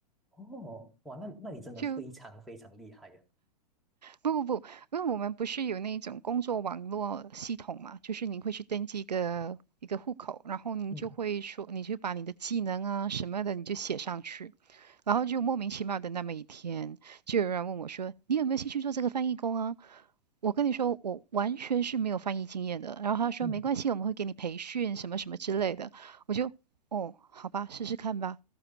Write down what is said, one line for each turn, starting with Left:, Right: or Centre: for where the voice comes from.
Centre: 哦，哇，那那你真的非常非常厉害呀、
Right: 就不不不，因为我们不是有那种工作网络系统嘛，就是您会去登记一个一个户口，然后您就会说，
Centre: 嗯
Right: 你就把你的技能啊什么的，你就写上去。然后就莫名其妙的那么一天，就有人问我说：“你有没有兴趣做这个翻译工啊？”我跟你说，我完全是没有翻译经验的。然后他说：
Centre: 嗯，
Right: “没关系，我们会给你培训什么什么之类的。”我就哦，好吧，试试看吧。